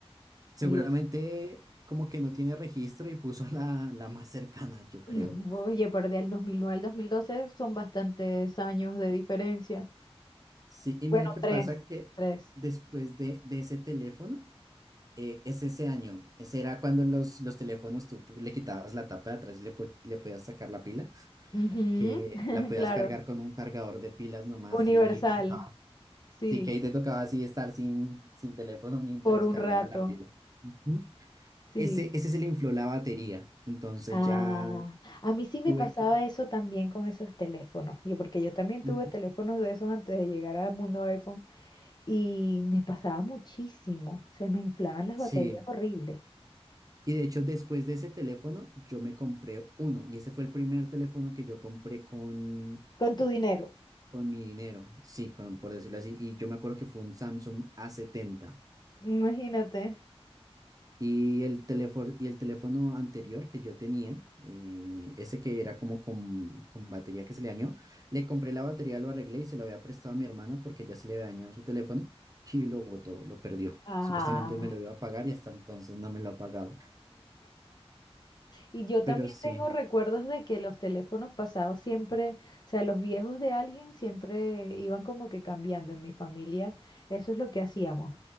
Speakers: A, on the right; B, on the left.
A: Seguramente
B: Y es-
A: como que no tiene registro y puso la, la más cercana, yo creo.
B: <laughs> oye, pero del 2009 al 2012, son bastantes años de diferencia.
A: Sí, y
B: Bueno,
A: mira qué
B: tres,
A: pasa que
B: tres.
A: después de, de ese teléfono, eh, es ese año, ese era cuando los, los teléfonos tú pu- le quitabas la tapa de atrás y le, pu- le podías sacar la pila,
B: Ujú,
A: que
B: <laughs>
A: la podías
B: Claro,
A: cargar con un cargador de pilas nomás
B: universal.
A: y te tocaba.
B: sí,
A: Sí, que ahí te tocaba así estar sin, sin teléfono mientras
B: por un
A: cargaba
B: rato,
A: la pila. Ujú.
B: sí.
A: Ese, ese se le infló la batería, entonces
B: Ah,
A: ya
B: a mí sí me
A: tuve
B: pasaba
A: que...
B: eso también con esos teléfonos, yo, porque yo también tuve
A: Ujú.
B: teléfonos de esos antes de llegar al mundo iPhone y me pasaba muchísimo, se me inflaban las
A: Sí.
B: baterías horribles.
A: Y de hecho, después de ese teléfono, yo me compré uno. Y ese fue el primer teléfono que yo compré con,
B: Con tu dinero.
A: con mi dinero. Sí, con, por decirlo así. Y yo me acuerdo que fue un Samsung A70.
B: Imagínate.
A: Y el teléfono, y el teléfono anterior que yo tenía, eh, ese que era como con, con batería que se le dañó, le compré la batería, lo arreglé y se lo había prestado a mi hermana porque ya se le había dañado su teléfono y lo botó, lo perdió.
B: Ah,
A: Supuestamente me lo iba a pagar y hasta entonces no me lo ha pagado.
B: Y yo
A: Pero
B: también
A: sí.
B: tengo recuerdos de que los teléfonos pasados siempre, o sea, los viejos de alguien siempre iban como que cambiando. En mi familia, eso es lo que hacíamos.